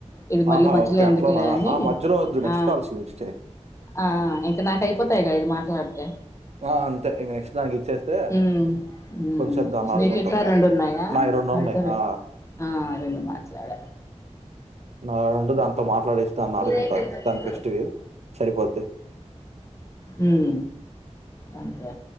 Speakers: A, on the left (about 25°); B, on the right (about 60°).
A: ఇది మళ్ళీ
B: ఆహా
A: మధ్యలో
B: ఓకే
A: ఎందుకులే
B: అట్లానా
A: అని
B: ఆ మధ్యలో వద్దు నెక్స్ట్
A: ఆ
B: కాల్ చూస్తే
A: ఆ ఇంకా నాక అయిపోతాయి ఇది మాత్ర అలాంటే
B: ఆ అంతె నెక్స్ట్ దానికి ఇచ్చేస్తే
A: ఉం ఉ
B: కొంచెంసేపు దాన్ని ఆడుకుంటాం
A: మీటికా రెండు ఉన్నాయా
B: నాయి రెండు
A: అవితో
B: ఉన్నాయి ఆ
A: ఆ రెండు మ మాట్లాడ
B: నా రెండు దాంతో మాట్లాడేస్తే దన్ని
A: మీదయిపోయిందా
B: ఆడుకుంటా
A: మీతో
B: దాని ఫెస్టివి సరిపోద్ది
A: ఉం అంతే